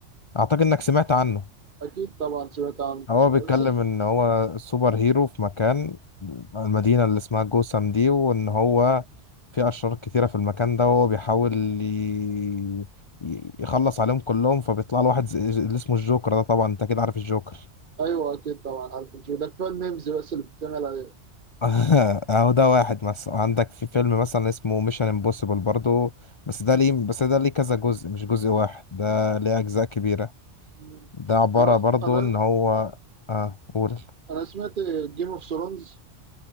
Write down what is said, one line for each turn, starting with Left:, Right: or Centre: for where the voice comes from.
Left: اعتقد انك سمعت عنه
Right: أكيد طبعا سمعت عنه
Left: هو بيتكلم
Right: بس
Left: ان هو سوبر هيرو في مكان المدينة اللي اسمها جوثام دي وان هو في اشرار كتيرة في المكان ده وهو بيحاول ي... ي- يخلص عليهم كلهم فبيطلع له واحد ز- اللي اسمه الجوكر ده طبعا انت اكيد عارف الجوكر
Right: أيوه أكيد طبعا عارف إن ده كفاية الميمز بس اللي بتتعمل عليه
Left: <laughs> اهو ده واحد مثلا عندك في فيلم مثلا اسمه ميشن امبوسيبل برضو بس ده ليه بس ده ليه كذا جزء مش جزء واحد ده ليه اجزاء كبيرة
Right: مم.
Left: ده عبارة
Right: أه
Left: برضو
Right: أنا
Left: ان هو اه قول
Right: أنا سمعت جيم أوف ثرونز